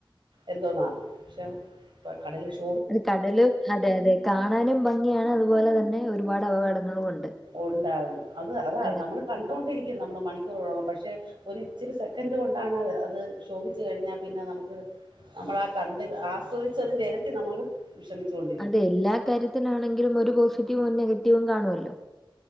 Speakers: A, on the right; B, in the centre.
A: എന്തോന്നാണ് പക്ഷെ കടല് ഇഷ്
B: അത് കടല് അതെ അതെ കാണാനും ഭംഗിയാണ് അതുപോലെ തന്നെ ഒരുപാട് അപകടങ്ങളും ഉണ്ട്.
A: ഉണ്ടാവും, അത് അതാ
B: അതെ
A: നമ്മള് കണ്ടോണ്ടിരിക്കും നമ്മള് മണിക്കൂറോളം പക്ഷെ ഒര് ഇച്ചിരി സെക്കൻഡ് കൊണ്ടാണ് അത് ശോഭിച്ചു കഴിഞ്ഞാൽ പിന്നെ നമുക്ക് നമ്മളാ ആ കണ്ട് ആസ്വദിച്ചതിന്റെ ഇരട്ടി നമ്മള് വിഷമിച്ചുകൊണ്ട്
B: അതെ എല്ലാ കാര്യത്തിനാണെങ്കിലും ഒരു പോസിറ്റീവും നെഗറ്റീവും കാണുല്ലോ.